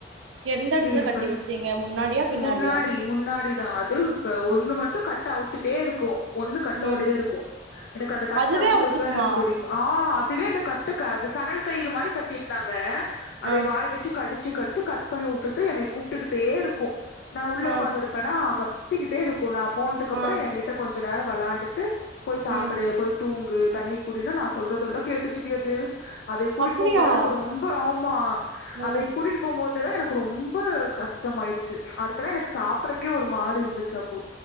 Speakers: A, on the right; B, on the left.
A: எந்த எடத்துல
B: கிளின்
A: கட்டி
B: பண்ண
A: வச்சீங்க முன்னாடியா பின்னாடியா
B: முன்னாடி முன்னாடிதா அது ஒண்ணு
A: ம்
B: மட்டு கட்ட அவுத்துட்டே இருக்கு ஒண்ணு கட்டோடயே
A: ம்
B: இருக்கு எனக்கு அந்த கட்
A: அதுவே
B: அவுத்தது
A: அவுத்துக்குமா
B: தா எனக்கு பிடிக்கு ஆஹ் அதுவே அந்த கட்டுக்க அது சனல் கயிறு மாதிரி கட்டிருந்தாங்க அதை
A: ஆ
B: வாய் வச்சு கடு கடிச்சு கடிச்சு கட் பண்ணி உட்டுட்டு எனய கூப்ட்டுக்கிட்டே இருக்கு நா உள்ள
A: ஆ
B: உட்காந்துருப்பேன்னா கத்திக்கிட்டே இருக்கு நா போனதுக்கு அப்புறம்
A: ஆ
B: என்கிட்ட கொஞ்ச நேர விளாண்டுட்டு போய் சாப்பிடு
A: ம்
B: போய் தூங்கு தண்ணி குடினு நா சொல்றதெல்லா கேட்டு ச்சுடி அது அதைய கூட்டிட்டு
A: அப்படியா
B: போம்போது தா எனக்கு ரொம்ப ஆமா அதே
A: ம்
B: கூட்டிட்டு போம்போதுதா எனக்கு ரொம்ப கஸ்டமாயிடுச்சு அடுத்தலா எனக்கு சாப்புறக்கே ஒரு மாறி இரு துச்சு